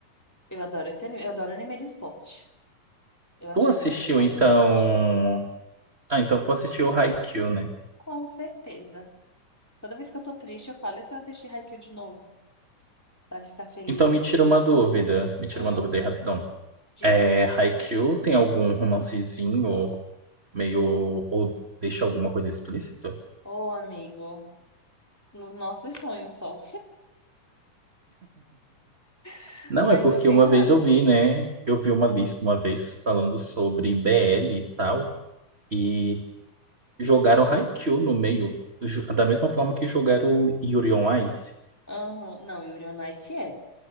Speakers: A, in the centre; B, on the right (about 25°).
A: Eu adoro esse anime. Eu adoro anime de esporte. Eu acho
B: Tu assistiu,
A: anime de esporte
B: então...
A: muito divertido.
B: Ah, então tu assistiu Haikyuu, né?
A: Com certeza. Toda vez que eu tô triste, eu falo, e se eu assistir Haikyuu de novo? Pra ficar feliz.
B: Então me tira uma dúvida, me tira
A: Hum,
B: uma dúvida aí rapidão.
A: digas.
B: É, Haikyuu tem algum romancezinho meio... ou deixa alguma coisa explícita?
A: Ô, amigo. Nos nossos sonhos só. <laughs>
B: Não,
A: Mas
B: é porque
A: não tem
B: uma
A: nada.
B: vez eu vi, né? Eu vi uma lista uma vez falando sobre BL e tal, e jogaram Haikyuu no meio, ju- da mesma forma que jogaram Yuri on Ice.
A: Aham. Não, Yuri on Ice é.